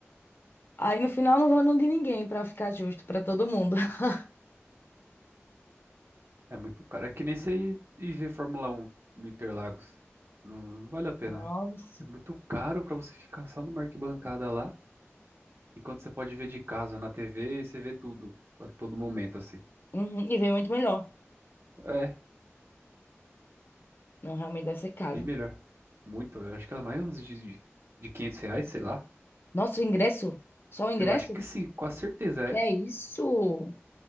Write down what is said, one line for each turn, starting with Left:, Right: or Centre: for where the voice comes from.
Left: aí no final não vou no de ninguém pra ficar justo pra todo mundo. <laughs>
Right: É muito caro. É que nem você ir, ir ver Fórmula Um no Interlagos. Não, não vale a pena.
Left: Nossa.
Right: É muito caro pra você ficar só numa arquibancada lá, enquanto você pode ver de casa na TV e você vê tudo, a todo momento, assim.
Left: Uhum, e vem muito melhor.
Right: É,
Left: Não, realmente deve ser caro.
Right: bem melhor. Muito. Eu acho que é mais uns de, de 500 reais, sei lá.
Left: Nossa, o ingresso? Só o ingresso?
Right: Eu acho que sim, com a certeza
Left: Que
Right: é.
Left: é isso?